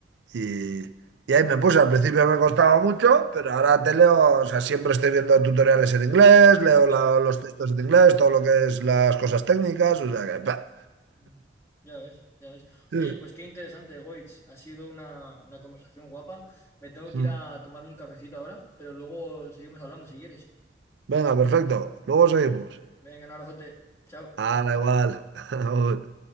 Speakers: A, on the right; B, on the left.
A: y, y ahí me puse, al principio me costaba mucho, pero ahora te leo, o sea, siempre estoy viendo tutoriales en inglés, leo
B: ya.
A: la- los textos en inglés, todo lo que es las cosas técnicas, o sea que... pa.
B: Mm, Ya ves, ya ves.
A: Sí,
B: Oye, pues qué interesante, Goitz. Ha sido una, una conversación guapa. Me tengo que
A: sí.
B: ir a tomarme un cafecito ahora, pero luego seguimos hablando si quieres.
A: Venga, perfecto, luego seguimos.
B: Venga, un abrazote. Chao.
A: Hala, igual. <laughs> Aún.